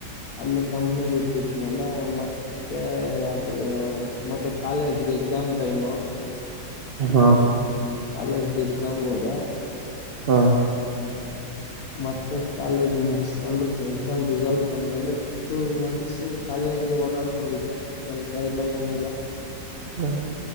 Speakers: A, on the left; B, on the right.
A: ಅಲ್ಲಿ ಕಂಪ್ನಿ ಬಿಟ್ಬಟ್ಟ್ಮೇಲೆ ಮ ಮತ್ತೆ ಯಾಕ ಮತ್ತೆ ಕಾಲೇಜ್ಗೆ ಎಕ್ಸಾಮ್ ಟೈಮು.
B: ಹಾ
A: ಕಾಲೇಜ್ಗೆ ಎಕ್ಸಾಮ್ ಹೋದೆ.
B: ಹಾ
A: ಮತ್ತೆ ಕಾಲೇಜ್ ಮುಗಸ್ಕೊಂಡು ಎಕ್ಸಾಮ್ ರಿಸಲ್ಟ್ ಬಂದ್ಮೇಲೆ. ಟೂ ಮಂತ್ಸು ಖಾಲಿಯಾಗಿ ಓಡಾಡ್ಕೊಂಡಿದ್ದೆ ಕೆಲ್ಸ ಇಲ್ಲ ಏನ ಇಲ್ಲ.
B: ಹ್ಮ